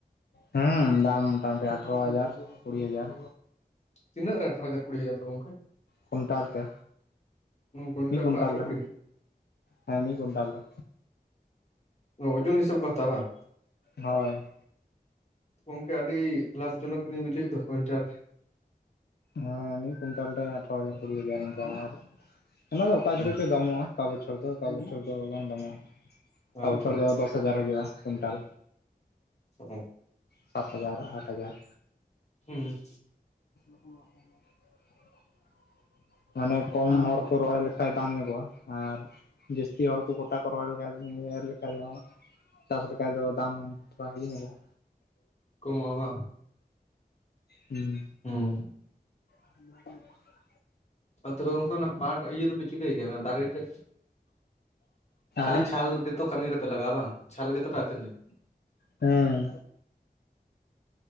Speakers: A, on the left; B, on the left.
A: ᱦᱮᱸ ᱫᱟᱢ ᱢᱳᱚᱴᱟᱢᱩᱴᱤ ᱟᱴᱷᱮᱨᱳ ᱦᱟᱡᱟᱨ ᱠᱩᱲᱤ ᱦᱟᱡᱟᱨ
B: ᱛᱤᱱᱟᱹᱜ ᱨᱮ ᱟᱴᱷᱨᱳ ᱦᱟᱡᱟᱨ ᱠᱩᱲᱤ ᱦᱟᱡᱟᱨ ᱫᱚ ᱜᱚᱝᱠᱮ
A: ᱠᱩᱭᱱᱴᱟᱞ ᱛᱮ
B: ᱠᱩᱭᱤᱱᱴᱟᱞ
A: ᱢᱤᱫ ᱠᱩᱭᱱᱴᱟᱞ
B: ᱟᱴᱷᱨᱚ
A: ᱨᱮ
B: ᱠᱩᱲᱤ
A: ᱦᱮᱸ ᱢᱤᱫ ᱠᱩᱭᱱᱴᱟᱞ ᱨᱮ
B: ᱚ ᱳᱡᱳᱱ ᱦᱤᱥᱟᱹᱵ ᱠᱚ ᱦᱟᱛᱟᱣᱟ ᱵᱟᱝ
A: ᱦᱳᱭ
B: ᱜᱚᱢᱠᱮ ᱟᱹᱰᱤ ᱞᱟᱵᱷ ᱡᱚᱱᱚᱠ ᱜᱮᱞᱤᱧ ᱵᱩᱡᱷᱣᱮᱫ ᱫᱚ ᱠᱩᱭᱤᱱᱴᱟᱞ
A: ᱦᱮᱸ ᱢᱤᱫ ᱠᱩᱭᱱᱴᱟᱞ ᱨᱮ ᱟᱴᱷᱷᱟᱨᱚ ᱦᱟᱡᱟᱨ ᱠᱩᱲᱤ ᱦᱟᱡᱟᱨ ᱚᱱᱠᱟ ᱚᱱᱟ ᱫᱚ ᱚᱠᱟ
B: ᱨᱮ
A: ᱡᱚᱠᱷᱚᱡ ᱪᱚ ᱫᱟᱢᱚᱜᱼᱟ ᱚᱠᱟ ᱵᱚᱪᱷᱚᱨ ᱫᱚ ᱚᱠᱟ ᱵᱚᱪᱷᱚᱨ ᱫᱚ ᱵᱟᱝ ᱫᱟᱢᱚᱜᱼᱟ ᱚᱠᱟ
B: ᱟᱪᱪᱷᱟ
A: ᱵᱚᱪᱷᱚᱨ
B: ᱟᱪᱪᱷᱟ
A: ᱫᱚ ᱫᱚᱥ ᱦᱟᱡᱟᱨ ᱦᱩᱭᱩᱜᱼᱟ ᱠᱩᱭᱤᱱᱴᱟᱞ
B: ᱚ
A: ᱥᱟᱛ ᱦᱟᱡᱟᱨ ᱟᱴ ᱦᱟᱡᱟᱨ
B: ᱦᱩᱸ
A: <inaudible> ᱢᱟᱱᱮ ᱠᱚᱢ
B: ᱟᱜ
A: ᱦᱚᱲ ᱠᱚ ᱨᱚᱦᱚᱭ ᱞᱮ ᱠᱷᱟᱭ ᱫᱟᱢ ᱧᱚᱜᱚᱜᱼᱟ ᱟᱨ ᱡᱟᱹᱥᱛᱤ ᱦᱚᱲ ᱠᱚ ᱜᱚᱴᱟ ᱠᱚ ᱨᱚᱦᱚᱭ ᱞᱮᱠᱷᱟ ᱮᱨ ᱞᱮᱠᱷᱟᱱ ᱫᱚ ᱪᱟᱥ ᱞᱮᱠᱟᱱ ᱫᱚ ᱫᱟᱢ ᱛᱷᱚᱲᱟ ᱤᱭᱟᱹ ᱧᱚᱜᱚᱜᱼᱟ
B: ᱠᱚᱢᱚᱜ-ᱟ ᱵᱟᱝ
A: ᱦᱩᱸ
B: ᱦᱩᱸ
A: <unintelligible>
B: ᱟᱨ ᱛᱚᱵᱮ ᱜᱚᱝᱠᱮ ᱚᱱᱟ ᱯᱟᱴ ᱤᱭᱟᱹ ᱫᱚᱯᱮ ᱪᱤᱠᱟᱹᱭ ᱜᱮᱭᱟ ᱚᱱᱟ ᱫᱟᱨᱮ ᱛᱮᱫ ᱠᱷᱟᱹᱞᱤ
A: ᱟᱨ
B: ᱪᱷᱟᱞ ᱜᱮᱛᱚ ᱠᱟᱹᱢᱤ ᱨᱮᱯᱮ ᱞᱟᱜᱟᱜᱼᱟ ᱵᱟᱝ ᱪᱷᱟᱞ ᱜᱮᱛᱚ ᱯᱮ ᱟᱹᱠᱷᱨᱤᱧᱟ
A: ᱦᱮᱸ